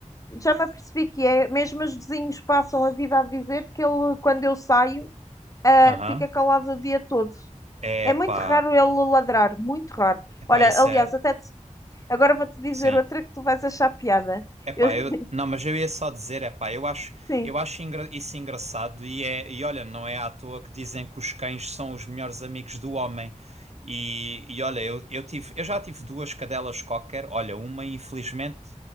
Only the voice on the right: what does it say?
Aham.
Epá,
epá,
isso
é.
Sim.
Epá,
eu, não, mas eu ia só dizer, epá, eu acho,
eu acho engra- isso engraçado e, é, e olha, não é à toa que dizem que os cães são os melhores amigos do homem. E, e olha, eu, eu tive, eu já tive duas cadelas cocker, olha, uma infelizmente